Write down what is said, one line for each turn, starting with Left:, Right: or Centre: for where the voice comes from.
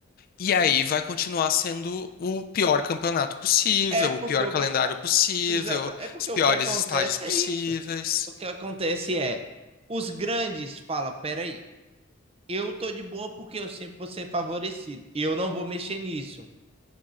Left: e aí vai continuar sendo o pior campeonato possível,
Right: É porque
Left: o pior
Right: o
Left: calendário
Right: que
Left: possível,
Right: Exato. É porque
Left: os piores
Right: o que acontece
Left: estádios possíveis.
Right: é isso. O que acontece é, os grandes falam, peraí, eu tô de boa porque eu sempre vou ser favorecido. E eu não vou mexer nisso.